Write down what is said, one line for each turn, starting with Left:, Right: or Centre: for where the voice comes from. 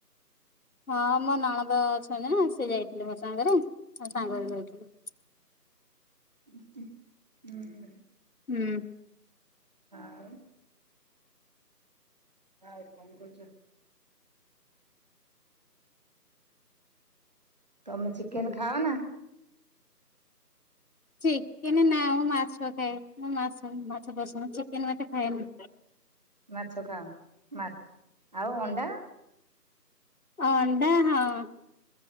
Left: ହଁ ମୋ ନଣଦ ଅଛନ୍ତି ନା ସେ ଯାଇଥିଲେ ମୋ ସାଙ୍ଗରେ ଆଉ ସାଙ୍ଗ ହେଇ ଯାଇଥିଲୁ।
Right: ହୁଁ।
Left: ହୁଁ।
Right: ଆଉ। ଆଉ କଣ କରୁଚ? ତମେ ଚିକେନ
Left: ହୁଁ।
Right: ଖାଅନା?
Left: ଚିକେନ ନା ମୁଁ ମାଛ ଖାଏ ମୁ ମାଛ ମାଛ ପସନ୍ଦ ଚିକେନ ମୁଁ ଏତେ ଖାଏନି।
Right: ମାଛ ଖାଅ ମା ଆଉ ଅଣ୍ଡା?
Left: ଅଣ୍ଡା ହଁ।